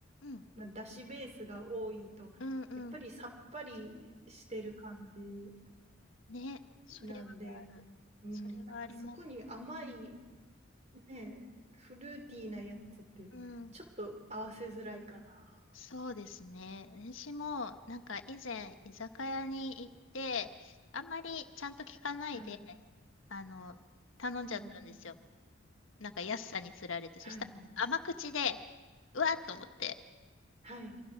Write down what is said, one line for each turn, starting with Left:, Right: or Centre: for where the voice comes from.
Left: ん、
Right: まあ、だしベースが多いと、
Left: うん、うん。
Right: やっぱりさっぱりしてる感じ
Left: ね、それはある。
Right: なんで、うん、
Left: それはあります。
Right: なんかそこに甘いね、フルーティーなやつってちょっと合わせづらいかな。
Left: うん、そうですね。私も、なんか以前、居酒屋に行って、あんまりちゃんと聞かないで、
Right: はい。
Left: あの、頼んじゃったんですよ。
Right: うん。
Left: なんか安さにつられて。
Right: はいはい。
Left: そしたら甘口で、うわっと思って、
Right: はい。